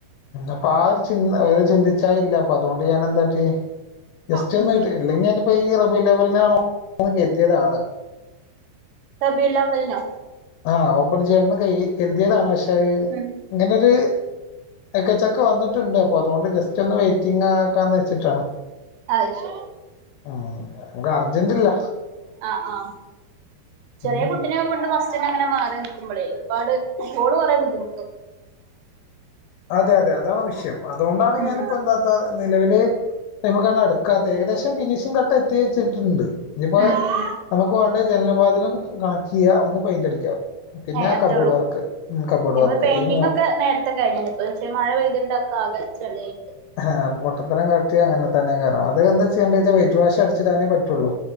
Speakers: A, on the left (about 85°); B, on the right (about 75°).
A: അപ്പൊ ആ ഒരു ചിന്ത ചിന്തിച്ചായില്ല അപ്പൊ അതുകൊണ്ട് ഞാൻ എന്താട്ടി ജസ്റ്റ്
B: ഉം
A: ഒന്ന് കെട്ടി ഇല്ലെങ്കിൽ ഞാനിപ്പോ ഈ റബീഉൽ അവ്വലിന് <unintelligible> കരുതിയതാണ്
B: റബീഉൽ അവ്വലിനോ
A: ആഹ് ഓപ്പൺ ചെയ്യണംന്ന് കരുതിയതാണ് പക്ഷേ
B: ഉം
A: ഇങ്ങനൊരു എക്കച്ചക്ക വന്നിട്ടുണ്ട് അപ്പൊ അതുകൊണ്ട് ജസ്റ്റ് ഒന്ന് വെയിറ്റിംഗ് ആക്കാന്ന് വെച്ചിട്ടാണ്
B: അത് ശരി
A: ഉം നമ്മക്ക് അർജന്റില്ല
B: ആ ആഹ് ചെറിയ
A: ഉം
B: കുട്ടിനെ കൊണ്ട് ഫസ്റ്റിന അങ്ങനെ മാറി നിക്ക ക്കുമ്പോളേ ഒരുപാട് ഓള് കുറെ ബുദ്ധിമുട്ടും
A: അതെ അതെ അതാണ് വിഷയം അതുകൊണ്ടാണ്
B: ഉം
A: ഞാനിപ്പോ എന്താത്ത നിലവിൽ അതിമേക്ക് അങ്ങ് അടുക്ക ത്ത ഏകദേശം ഫിനിഷിംഗ് കട്ടെത്തിയിച്ചിട്ട്ണ്ട് നിപ്പോ
B: ഉം ഉം
A: നമുക്ക് വേണ്ടത് ജനലും, വാതിലും, കണക്റ്റ് ചെയ്യാ ഒന്ന് പയിന്റ് അടിക്കാ. പിന്നെ
B: ഏയ് അത്രേ
A: കബോർഡ്
B: ഉള്ളൂ.
A: വർക്ക് ഉം കബോർഡ്
B: ഞങ്ങള്
A: വർക്ക്
B: പെയിന്റിംഗ്
A: ഈ മൂ
B: ഒക്കെ നേരത്തെ കഴിഞ്ഞ്ണ് പക്ഷെ മഴ പെയ്തിണ്ടൊക്കെ ആകെ ചെളിയായ്
A: ആഹ് പൊട്ടത്തരം കാട്ടിയാ അങ്ങനെതന്നെയ്കാരം അത്എന്താ.. ചെയ്യണ്ടച്ചാൽ വൈറ്റ് വാഷ് അടിച്ചിടാനേ പറ്റെള്ളൂ